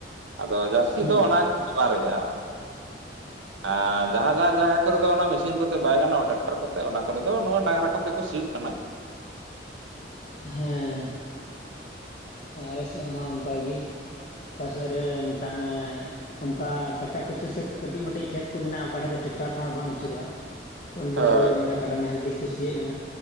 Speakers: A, on the right; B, on the left.
A: ᱟᱫᱚ ᱡᱟᱹᱥᱛᱤ
B: ᱦᱮᱸ
A: ᱫᱚ ᱚᱱᱟ ᱜᱮᱠᱚ ᱵᱮᱣᱦᱟᱨᱮᱼᱟ
B: <inaudible>
A: ᱟᱨ ᱡᱟᱦᱟᱸ ᱡᱟᱦᱟᱸ ᱡᱟᱭᱜᱟ ᱠᱚᱨᱮ ᱫᱚ ᱢᱮᱥᱤᱱ ᱠᱚᱛᱮ ᱵᱟᱭ ᱜᱟᱱᱚᱜᱼᱟ ᱠᱟᱱᱟ ᱴᱟᱠᱴᱟᱨ ᱠᱚᱛᱮ ᱚᱱᱟ ᱠᱚᱨᱮ ᱫᱚ ᱱᱚᱣᱟ ᱰᱟᱝᱨᱟ ᱠᱚᱛᱮ ᱠᱚ ᱥᱤᱭᱳᱜ ᱠᱟᱱᱟ᱾
B: ᱦᱮᱸᱻ ᱟᱞᱮ ᱥᱮᱫ ᱦᱚᱸ ᱚᱱᱠᱟᱜᱮ ᱚᱠᱟ ᱥᱮᱫ ᱨᱮ ᱢᱮᱛᱟᱜ ᱢᱮᱻ ᱚᱱᱠᱟ ᱠᱟᱪᱟ ᱠᱩᱪᱟ ᱥᱮ ᱠᱟᱹᱴᱤᱡ ᱢᱟᱴᱤᱡ ᱠᱷᱮᱛ ᱠᱚ ᱢᱮᱱᱟᱜᱼᱟ ᱚᱠᱟ ᱴᱷᱮ ᱫᱚ ᱴᱮᱠᱴᱟᱨ ᱠᱚ ᱦᱟᱸᱜ ᱵᱟᱝ ᱟᱹᱪᱩᱨᱚᱜᱼᱟ ᱛᱚ ᱚᱱᱰᱮ
A: ᱦᱳᱭ
B: ᱫᱚ ᱜᱟ. ᱭ ᱰᱟᱝᱜᱨᱟ ᱠᱟᱰᱟ ᱱᱟᱦᱮᱞ ᱛᱮᱜᱮ ᱠᱩᱥᱤᱭᱟᱜ ᱠᱟᱱᱟ